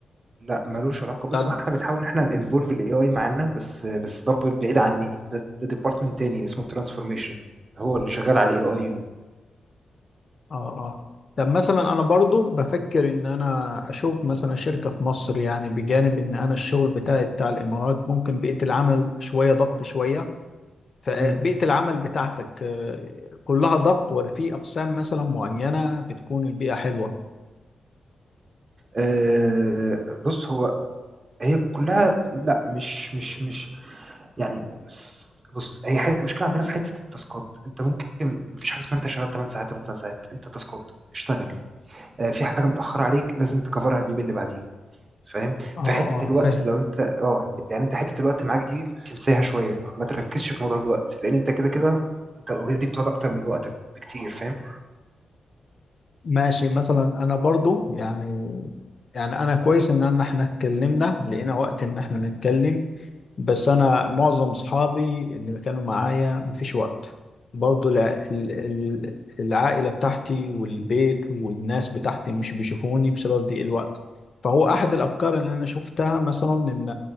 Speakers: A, on the right; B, on the left.
A: لا ملوش علاقه بص
B: طب
A: هو احنا بنحاول ان احنا ننفولف الاي اي معانا بس بس برضه بعيد عني ده ده ديبارتمنت تاني اسمه ترانسفورميشن هو اللي شغال على الاي اي و...
B: اه اه طب مثلا انا برضو بفكر ان انا اشوف مثلا شركة في مصر يعني بجانب ان انا الشغل بتاعي بتاع الامارات ممكن بيئة العمل شوية ضغط شوية فبيئة
A: مم.
B: العمل بتاعتك آه، كلها ضغط ولا في اقسام مثلا معينة بتكون البيئة حلوة
A: آه بص هو هي كلها لا مش مش مش يعني بص هي حته المشكله عندنا في حته التاسكات انت ممكن مفيش حاجه اسمها انت شغال 8 ساعات ولا 9 ساعات انت تاسكات اشتغل آه في حاجه متاخره عليك لازم تكفرها اليومين اللي بعديه فاهم
B: اه اه
A: في حتة الوقت
B: فاهم
A: لو انت اه يعني انت حتة الوقت معاك دي تنساها شوية ما تركزش في موضوع الوقت لان انت كده كده انت اوريدي بتقعد اكتر من وقتك بكتير فاهم
B: ماشي مثلا انا برضو يعني يعني انا كويس ان أنا- احنا اتكلمنا لقينا وقت ان احنا نتكلم بس انا معظم اصحابي اللي كانوا معايا مفيش وقت برضو الع- ال- ال- العائلة بتاعتي والبيت والناس بتاعتي مش بيشوفوني بسبب ضيق الوقت فهو احد الافكار اللي انا شفتها مثلا ان